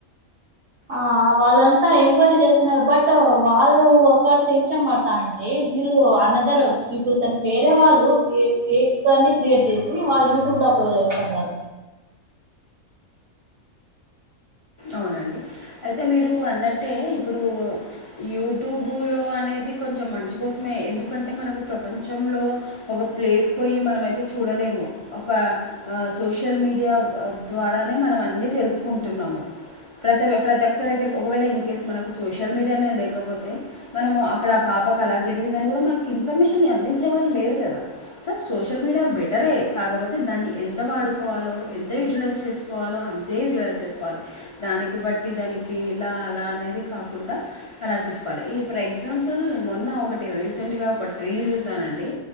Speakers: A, on the right (about 65°); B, on the left (about 25°).
A: ఆ వాళ్ళంతా ఎంక్వైరీ చేస్తున్నారు బట్ ట్ వాళ్ళు ఒక టెన్షన్ బడుతంటే వీళ్ళు అనదర్ పీపుల్స్ అంటే వేరే వాళ్ళు లు ఈ ఫేక్ న్యూస్ క్రియేట్ చేసి వాళ్ళు యూట్యూబ్ లో అప్లో చేస్తన్నారు
B: అవునండి అయితే మీరు అన్నట్టే ఇప్పుడు యూట్యూబులో అనేది కొంచెం మంచి కోసమే ఎందుకంటే మనకు ప్రపంచం లో ఒక ప్లేస్ పోయి మనైతే చూడలేము ఒక సోషల్ మీడియా ద్వారానే మనం అన్నీ తెలుసుకుంటున్నాము ప్రతి ప్రతి ఒక్క దగ్గర ఒకవేళ ఇన్ కేస్ మనకు సోషల్ మీడియానే లేకపోతే మనము అక్కడ పాపకు అలా జరిగిందని కూడా మాకు ఇన్ఫర్మేషన్ అందించే వాళ్ళు లేదు కదా సో సోషల్ మీడియా బెటరే కాపోతే దన్ని ఎంత వాడుకోవాలో ఎంత యుటిలైస్ చేసుకోవాలో అంతే యుటిలైస్ చేసుకోవాలి దానికి బట్టి దానికి ఇలా అలా అనేది కాకుండా అలా చూసుకోవాలి ఈ ఫర్ ఎగ్జాంపుల్ నే మొన్న ఒకటి రీసెంట్గా ఒకటి రీల్ చూసానండి